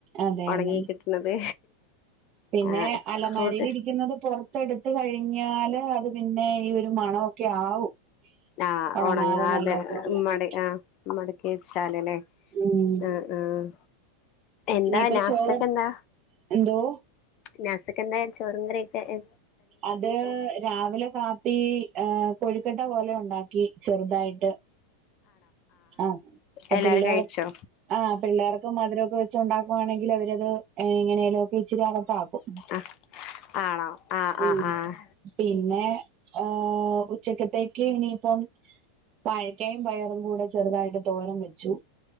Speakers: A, on the right (about 30°); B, on the left (about 40°).
A: അതെന്നെ
B: ഉണങ്ങി കിട്ടണത്.
A: പിന്നെ
B: ആഹ്
A: അലമാരേല്
B: ഫുഡ്
A: ഇരിക്കുന്നത് പുറത്തെടുത്ത് കഴിഞ്ഞാല് അത് പിന്നെ ഈ ഒരു മണൊവൊക്കെ ആവും.
B: ആഹ്
A: ഒണങ്ങാതെ
B: ഉണങ്ങാതെ
A: നല്ലപോലെ
B: മട
A: വെക്കുമ്പോ
B: ആഹ് മടക്കി വച്ചാല് ലേ
A: ഉം
B: ആഹ് ആഹ് എന്താ
A: ഇനിയിപ്പോ
B: നാസ്ത്തെക്കെന്താ?
A: ചോറ് എന്തോ
B: നാസത്തേക്കെന്താ ചോറും കറീംക്കെ എ
A: അത് രാവിലെ കാപ്പി ഏഹ് കൊഴുക്കട്ട പോലെ ഉണ്ടാക്കി ക്കി ചെറുതായിട്ട്, ആഹ് പ്പ
B: എല്ലാരും
A: പിള്ളേർ
B: കഴിച്ചോ
A: ആഹ് പിള്ളേർക്ക് മധുരോക്കെ വെച്ചുണ്ടാക്കുവാണെങ്കില് അവരത് എങ്ങനെേലും ഒക്കെ ഇച്ചിരി അകത്താക്കും.
B: അഹ്, ആണോ ആഹ്
A: ഉം,
B: ആഹ് ആഹ്
A: പിന്നെ ഏഹ് ഉച്ചക്കത്തേക്ക് ഇനിയിപ്പം വായ്ക്കയും പയറും കൂടെ ചെറുതായിട്ട് തോരംവെച്ചു.